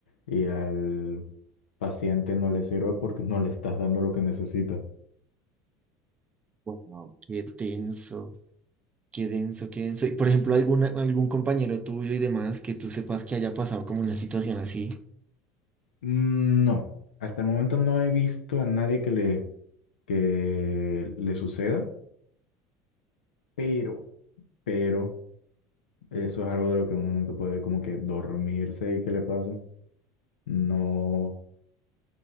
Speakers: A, on the left; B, on the right.
A: Y al paciente no le sirve porque no le estás dando lo que necesita.
B: wow, qué tenso. Qué denso, qué denso. Y por ejemplo, alguna, algún compañero tuyo y demás que tú sepas que haya pasado como una situación así,
A: Mm, No, hasta el momento no he visto a nadie que le que le suceda, pero pero eso es algo de lo que uno nunca puede como que dormirse y que le pase. No,